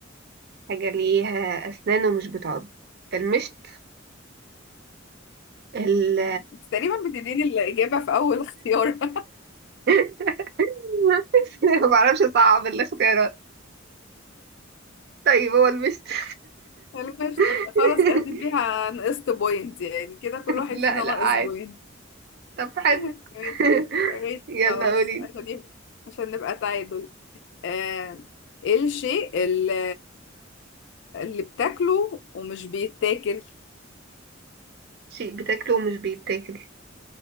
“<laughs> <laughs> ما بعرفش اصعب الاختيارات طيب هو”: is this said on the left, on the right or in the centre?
Right